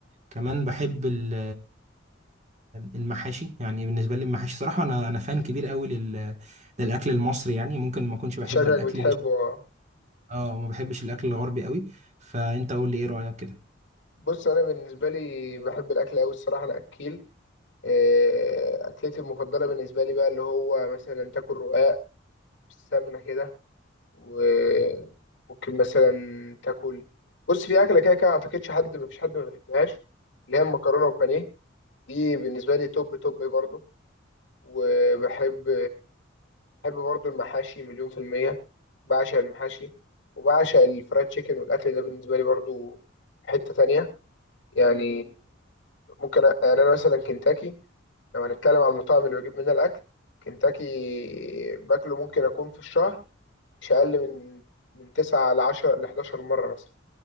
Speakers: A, on the right; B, on the left.
A: كمان بحب ال- المحاشي يعني بالنسبه لي المحاشي صراحه انا انا فان كبير قوي لل للاكل المصري يعني ممكن ما اكونش بحب
B: شكلك
A: الاكل
B: بتحبه
A: ال-
B: آه.
A: اه ما بحبش الاكل الغربي قوي فانت قول لي ايه رايك كده
B: بص أنا بالنسبة لي بحب الأكل أوي الصراحة أنا أكيل إيه، أكلتي المفضلة بالنسبة لي بقى اللي هو مثلا تاكل رقاق بالسمنة كده وممكن مثلا تاكل بص في أكلة كده كده أعتقدش حد مفيش حد ما بيحبهاش اللي هي المكرونة وبانيه دي بالنسبة لي توب توب برضه وبحب بحب برضو المحاشي مليون في المية بعشق المحاشي وبعشق الفرايد تشيكن والأكل ده بالنسبة لي برضو حتة تانية يعني ممكن أ- يعني أنا مثلا كنتاكي لو هنتكلم على المطاعم اللي بجيب منها الأكل كنتاكي باكله ممكن أكون في الشهر مش أقل من من تسعة لعشرة لحداشر مرة مثلا